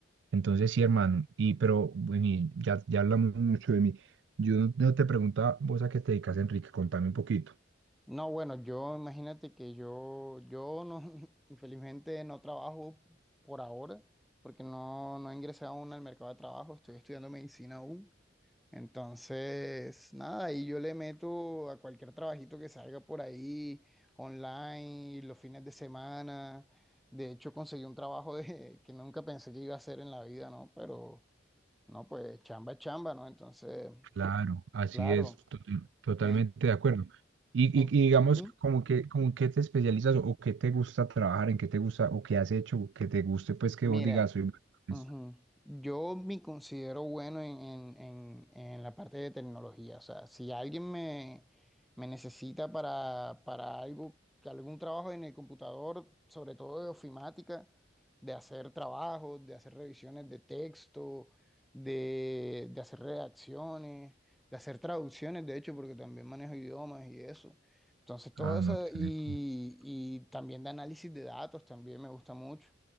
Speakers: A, on the right; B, in the centre.
A: Entonces, sí, hermano, y pero bueno, y ya, ya hablamos mucho de mí. Yo no te preguntaba, vos a qué te dedicas, Enrique, contame un poquito.
B: No, bueno, yo imagínate que yo, yo no, <laughs> infelizmente no trabajo por ahora, porque no, no he ingresado aún al mercado de trabajo, estoy estudiando medicina aún. Entonces, nada, ahí yo le meto a cualquier trabajito que salga por ahí, online, los fines de semana. De hecho, conseguí un trabajo de, <laughs> que nunca pensé que iba a hacer en la vida, ¿no? Pero, no, pues chamba es chamba, ¿no? Entonces...
A: Claro, así
B: Claro.
A: es, to- totalmente
B: En,
A: de acuerdo. Y,
B: en-
A: y- y digamos,
B: ujú.
A: como que, como qué te especializas o qué te gusta trabajar, en qué te gusta o qué has hecho, que te guste, pues que
B: Mira,
A: vos digas, soy bueno en
B: ujú,
A: esto".
B: Yo me considero bueno en, en- en- en la parte de tecnología. O sea, si alguien me, me necesita para, para algo, que algún trabajo en el computador, sobre todo de ofimática, de hacer trabajos, de hacer revisiones de texto, de, de hacer redacciones, de hacer traducciones, de hecho, porque también manejo idiomas y eso. Entonces, todo
A: Ah,
B: eso,
A: no, excelente.
B: y, y también de análisis de datos, también me gusta mucho